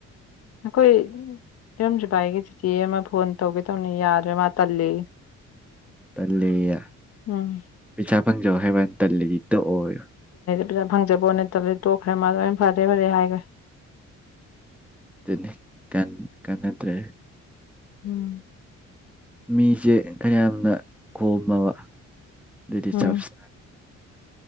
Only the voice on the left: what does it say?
ꯀꯣꯏ ꯏꯔꯝꯗ꯭ꯚꯥꯏ ꯑꯩꯒꯤ ꯆꯤꯆꯦ ꯑꯃ ꯐꯣꯟ ꯇꯧꯒꯦ ꯇꯧꯅꯤ ꯌꯥꯔꯦ ꯃꯥ ꯇꯜꯂꯤ
ꯎꯝ
ꯄꯖꯥ ꯐꯪꯖꯕꯣ ꯅꯠꯇ꯭ꯔꯗꯗꯤ ꯇꯣꯛꯈ꯭ꯔꯦ ꯃꯥꯗꯣ ꯑꯣꯏꯅ ꯐꯔꯦ ꯐꯔꯦ ꯍꯥꯏꯈ꯭ꯔꯦ
ꯎꯝ
ꯎꯝ